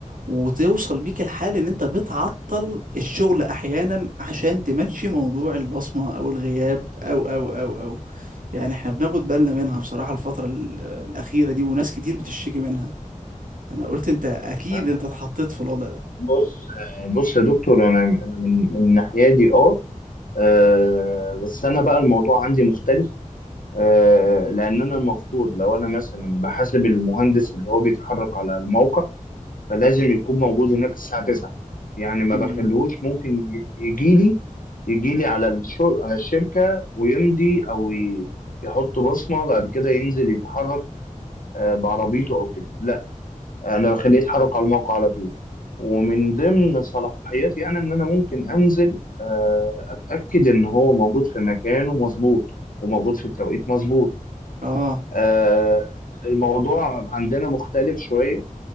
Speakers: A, on the right; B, on the left.
A: وتوصل بيك الحال ان انت بتعطل الشغل احيانا عشان تمشي موضوع البصمة او الغياب او او او او يعني احنا بناخد بالنا منها بصراحة الفترة ال- الأخيرة دي وناس كتير بتشتكي منها انا قلت انت اكيد
B: آه،
A: انت اتحطيت في الوضع ده
B: بص آه، بص يا دكتور انا أنا من من ناحيتي اه آه، بس انا بقى الموضوع عندي مختلف آه، لان انا المفروض لو انا مثلا بحاسب المهندس اللي هو بيتحرك على الموقع فلازم يكون موجود هناك الساعه 9 يعني ما
A: امم
B: بخلوش ممكن ي- يجي لي يجي لي على الشو على الشركه ويمضي او ي- يحط بصمه بعد كده ينزل يتحرك آه، بعربيته او كده لا انا بخليه يتحرك على الموقع على طول ومن ضمن صلاحياتي انا ان انا ممكن انزل آه، اتاكد ان هو موجود في مكانه مظبوط وموجود في التوقيت مظبوط
A: اه
B: آه، الموضوع عندنا مختلف شوية